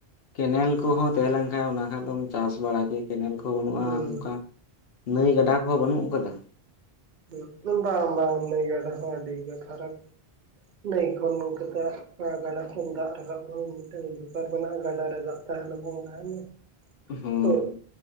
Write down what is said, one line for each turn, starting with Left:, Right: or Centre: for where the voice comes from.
Left: ᱠᱮᱱᱮᱞ ᱠᱚᱦᱚᱸ ᱛᱟᱦᱮᱸ ᱞᱮᱱ ᱠᱷᱟᱱ ᱚᱱᱟ ᱠᱷᱟᱱ ᱫᱚᱢ ᱪᱟᱥ ᱵᱟᱲᱟ ᱠᱮᱭᱟ᱾ ᱠᱮᱱᱮᱞ ᱠᱚ ᱵᱟᱹᱱᱩᱜᱼᱟ
Right: ᱦᱩᱸ
Left: ᱱᱚᱝᱠᱟ ᱱᱟᱹᱭ ᱜᱟᱰᱟ ᱠᱚᱦᱚᱸ ᱵᱟᱹᱱᱩᱜ ᱟᱠᱟᱫᱟ?
Right: ᱵᱟᱝ ᱵᱟᱝ ᱜᱟᱰᱟ ᱟᱹᱰᱤ ᱜᱮ ᱯᱷᱟᱨᱠ ᱱᱟᱹᱭ ᱠᱷᱚᱱ᱾ ᱜᱟᱰᱟ ᱠᱷᱚᱱ ᱫᱟᱜ ᱨᱟᱠᱟᱵ ᱢᱤᱫᱴᱮᱱ ᱵᱮᱯᱟᱨ ᱢᱮᱱᱟᱜᱼᱟ ᱜᱟᱰᱟ ᱨᱮ ᱫᱟᱜ ᱛᱟᱦᱮᱱᱟ ᱵᱟᱝ ᱛᱟᱦᱮᱱᱟ᱾
Left: ᱦᱳᱭ
Right: ᱛᱚ